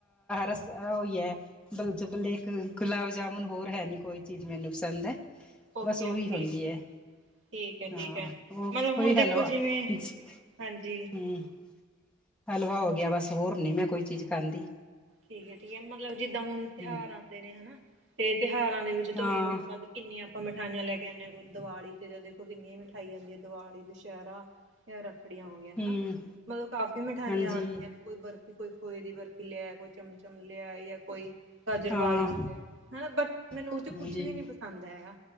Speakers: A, in the centre; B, on the right.
A: ਰਸ ਉਹੀ ਹੈ। ਬਲੇਕ ਇੱਕ ਗੁਲਾਬ ਜਾਮੁਨ ਹੋਰ ਹੈ ਨੀ ਕੋਈ ਚੀਜ਼ ਮੈਨੂੰ ਪਸੰਦ ਹੈ।
B: ਓਕੇ
A: ਬਸ ਉਹੀ
B: ਓਕੇ
A: ਹੁੰਦੀ ਹੈ।
B: ਠੀਕ ਹੈ
A: ਹਾਂ
B: ਠੀਕ ਹੈ
A: ਉਹ
B: ਮਤਲਬ
A: ਕੋਈ
B: ਹੁਣ ਦੇਖੋ
A: ਹੱਲਵਾ
B: ਜਿਵੇਂ
A: ਵਿਚ,
B: ਹਾਂਜੀ
A: ਹੂੰ। ਹਲਵਾ ਹੋ ਗਿਆ ਬਸ ਹੋਰ ਨੀ ਮੈਂ ਕੋਈ ਚੀਜ਼ ਖਾਂਦੀ।
B: ਠੀਕ ਹੈ ਠੀਕ ਹੈ ਮਤਲਬ ਜਿੱਦਾਂ ਹੁਣ ਤਿਉਹਾਰ
A: ਹੂੰ
B: ਆਉਂਦੇ ਨੇ ਹਨਾ ਤੇ ਤਿਉਹਾਰਾਂ ਦੇ ਵਿੱਚ
A: ਹਾਂ
B: ਤੁਹਾਨੂੰ ਉਦਾਂ ਦੇ, ਕਿੰਨੀਆਂ ਆਪਾਂ ਮਿਠਾਈਆਂ ਲੈ ਕੇ ਆਉਣੇ ਆ ਦਿਵਾਲੀ ਤੇ ਦੇਖੋ ਕਿੰਨੀ ਹੀ ਮਿਠਾਈ ਆਉਂਦੀ ਹੈ ਦਿਵਾਲੀ ਦੁਸਹਿਰਾ, ਫਿਰ ਰੱਖੜੀਆਂ, ਹੋਗੀਆ ਹਨਾ
A: ਹੂੰ
B: ਮਤਲਬ ਕਾਫ਼ੀ ਮਿਠਾਈਆਂ
A: ਹਾਂਜੀ
B: ਆਉਂਦੀਆ ਨੇ ਕੋਈ ਬਰਫ਼ੀ ਕੋਈ ਖੋਏ ਦੀ ਬਰਫ਼ੀ ਲਿਆ ਕੋਈ ਚਮਚਮ ਲਿਆ ਜਾਂ ਕੋਈ ਗਾਜਰ
A: ਹਾਂ
B: ਪਾਕ ਦਿੱਤਾ ਹਨਾ ਬਟ ਮੈਨੂੰ
A: ਹਾਂਜੀ
B: ਉਹ ਚੋ ਕੁੱਛ ਵੀ ਨੀ ਪੰਸਦ। ਪਸੰਦ ਹੈਗਾ,